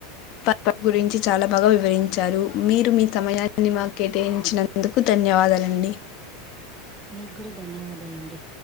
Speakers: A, on the left (about 50°); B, on the right (about 15°).
A: ప వాటి గురించి చాలా బాగా వివరించారు మీరు మీ సమయాన్ని మా కేటాయించినందుకు ధన్యవాదాలు. దండి
B: మీకు కూడా ధన్యవాదాలండి.